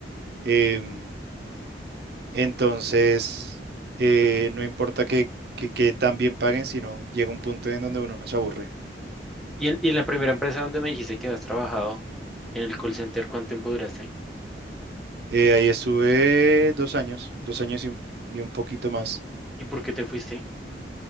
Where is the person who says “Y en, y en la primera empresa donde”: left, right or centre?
Centre